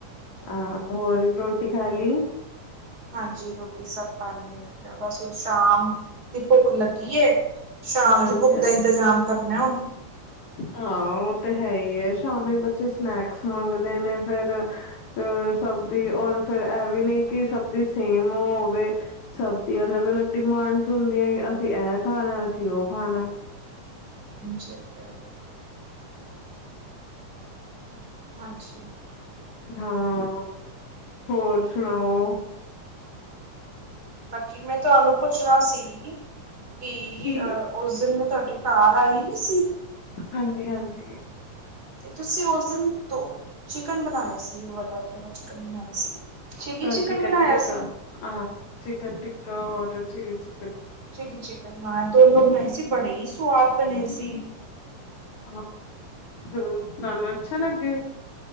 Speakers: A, on the left (about 65°); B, on the right (about 30°).
A: ਆ ਹੋਰ ਰੋਟੀ ਖਾ ਲਈ
B: ਹਾਂਜੀ ਰੋਟੀ ਸਭ ਪਾਣੀ ਹੋਗਆ ਬਸ ਹੁਣ ਸ਼ਾਮ ਦੀ ਭੁੱਖ ਲੱਗੀ ਏ ਸ਼ਾਮ
A: ਅੱਛਾ,
B: ਦੀ ਭੁੱਖ ਦਾ ਇੰਤਜ਼ਾਮ ਕਰਨਾ ਹੁਣ
A: ਹਾਂ ਉਹ ਤੇ ਹੈ ਹੀ ਹੀ ਐ ਸ਼ਾਮੀ ਬੱਚੇ ਸਨੈਕਸ ਮੰਗਦੇ ਨੇ ਫੇਰ ਸਬਜੀ਼ ਔਰ ਫੇਰ ਇਹ ਵੀ ਨੀ ਕਿ ਸਬਜ਼ ਸੇਮ ਹੋਵੇ ਸਬ ਦੀ ਅਲਗ-ਅਲਗ ਡਿਮਾਂਡਸ ਹੁੰਦੀਆਂ ਕਿ ਅਸੀਂ ਐ ਖਾਣਾ ਅਸੀਂ ਔ ਖਾਣਾ
B: ਸਕ <inaudible> ਹਾਂਜੀ
A: ਹਾਂ ਹੋਰ ਸੁਣਾਓ?
B: ਬਾਕੀ ਮੈਂ ਤੁਹਾਨੂੰ ਪੁੱਛਣਾ ਸੀ? ਕਿ
A: ਕੀ
B: ਅ ਉਸ ਦਿਨ ਮੈਂ ਤੁਹਾਡਾ ਏ ਘਰ ਆਈ ਨੀ ਸੀ।
A: ਹਾਂਜੀ, ਹਾਂਜੀ
B: ਤੇ ਤੁਸੀਂ ਉਸ ਦਿਨ ਦੋ ਚਿਕਨ ਬਣਾਏ ਸੀ, ਵਾਲਾ ਕਿਹੜਾ ਚਿਕਨ ਸੀ ਚਿੱਲੀ
A: ਅ ਚਿਕਨ
B: ਬਣਾਇਆ
A: ਟਿੱਕਾ
B: ਸੀ
A: ਅ ਚਿਕਨ ਟਿੱਕਾ ਔਰ ਚਿਲੀ ਚ
B: ਚਲੀ ਚਿਕਨ ਹਾ ਦੋਨੋ ਬਣਾਏ ਸੀ ਬੜੇ ਹੀ ਸਵਾਦ ਬਣੇ ਸੀ।
A: ਹ ਤੁਹਾਨੂੰ ਅੱਛਾ ਲੱਗੇ,